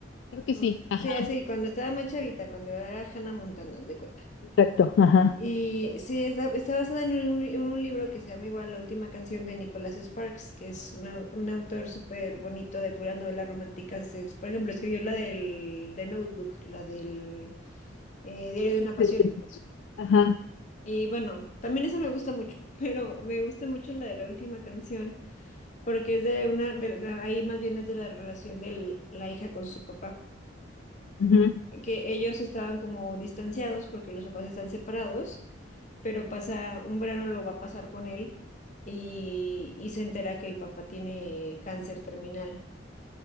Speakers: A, on the left; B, on the left.
A: creo que
B: O
A: sí. Ajá.
B: sea, sí, cuando estaba más chavita, cuando era Hannah Montana, haz de cuenta.
A: Exacto. Ajá.
B: Y sí, está, está basada en un, li- en un libro que se llama igual La última canción de Nicholas Sparks, que es una- un autor súper bonito de puras novelas románticas. Es- por ejemplo, escribió la del de Notebook, la del eh, Diario de
A: Sí,
B: una Pasión.
A: sí, sí. Ajá.
B: Y bueno, también esa me gusta mucho, <laughs> pero me gusta mucho la de la última canción, porque es de una, de la- ahí más bien es de la relación de la hija con su papá.
A: ujú.
B: que ellos estaban como distanciados porque los papás están separados, pero pasa, un verano lo va a pasar con él y, y se entera que el papá tiene cáncer terminal.